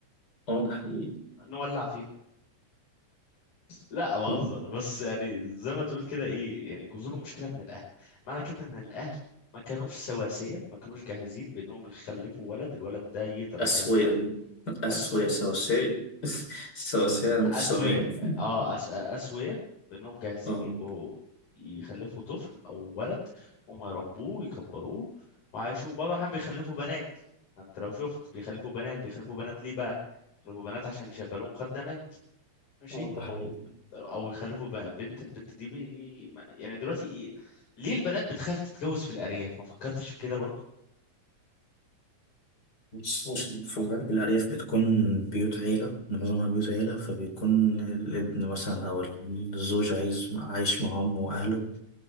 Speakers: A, on the left; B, on the left.
A: اه ده حقيقي
B: نولع فيهم لا بهزر
A: <laughs>
B: بس يعني زي ما تقول كده ايه يعني جذور المشكله من الاهل معنى كده ان الاهل ما كانوش سواسيه ما كانوش جاهزين بانهم يخلفوا ولد الولد ده يقدر
A: أسوية
B: يعيش
A: أسوية
B: اسوية
A: سواسية <laughs> سواسية متساويين
B: اسوية اه آه، آه، أس- آه، اسوية بانهم جاهزين
A: اه
B: يبقوا يخلفوا طفل او ولد هم يربوه ويكبروه وعايشوه بعض الاحيان بيخلفوا بنات انت لو شفت بيخلفوا بنات بيخلفوا بنات ليه بقى بيخلفوا بنات عشان يشغلوهم خدامات ماشي
A: اه ده حقيقي
B: او يخلفوا ب- بنت البنت دي بي... ما- يعني دلوقتي إيه؟ ليه البنات بتخاف تتجوز في الارياف ما فكرتش في كده برضو
A: بس بص، في الغالب الأرياف بتكون بيوت عيلة معظمها بيوت عيلة فبيكون الابن مثلا أو الزوج عايز عايش مع أمه وأهله